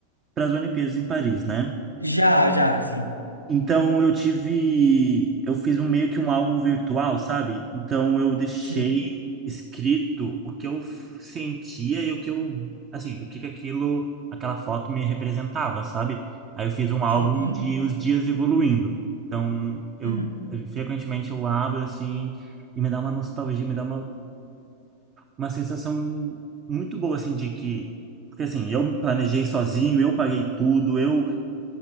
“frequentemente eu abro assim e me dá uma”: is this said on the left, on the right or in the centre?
Right